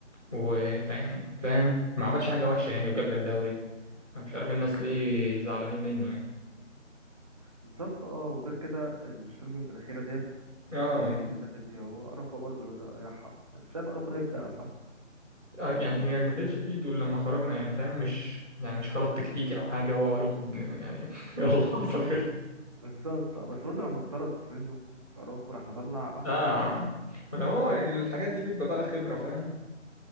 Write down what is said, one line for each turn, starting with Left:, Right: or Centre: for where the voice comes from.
Centre: و- فيعني فاهم ما عملش حاجة وحشة يعني وجاب لك دوري انا مش عارف الناس ليه زعلانين منه يعني
Right: بالظبط اه وغير كده الشامبيونز الاخيره ديت
Centre: اه
Right: آه، مش اللي فاتت دي هو اراخو برضه اللي ضيعها انت شايف اراخو ده يتباع صح
Centre: آه، يعني هي ما كانتش في ايده إلا لما خرجنا يعني فاهم مش يعني مش غلط تكتيكي او حاجه هو اروخو بن... يعني <laughs> يلا حصل خير
Right: بالظبط اه بس برضه لما اتطرد منه اراوخو راح مطلع اخطر
Centre: اه
Right: واحد
Centre: ما انا هو الحاجات دي بيبقى بقى خبره فاهم